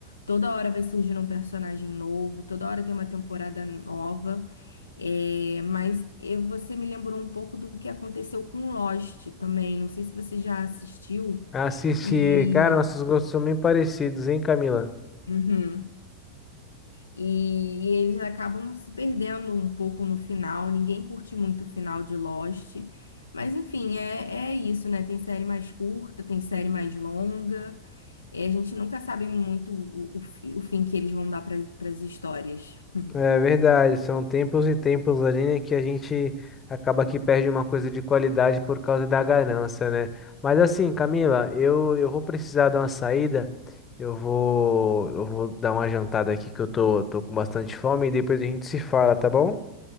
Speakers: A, on the left; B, on the left.
A: Toda hora vai surgindo um personagem novo, toda hora tem uma temporada nova. É, mas eu- você me lembrou um pouco do que aconteceu com Lost também. Não sei se você já assistiu.
B: Assistir,
A: E.
B: cara, nossos gostos são bem parecidos, hein, Camila?
A: Uhum. E, e eles acabam se perdendo um pouco no final. Ninguém curte muito o final de Lost. Mas enfim, é, é isso, né? Tem série mais curta, tem série mais longa. E a gente nunca sabe muito o, o, fi- o fim que eles vão dar para as histórias. <laughs>
B: É verdade, são tempos e tempos ali, né, que a gente acaba que perde uma coisa de qualidade por causa da ganância, né? Mas assim, Camila, eu, eu vou precisar dar uma saída, eu vou, eu vou dar uma jantada aqui que eu tô, tô com bastante fome e depois a gente se fala, tá bom?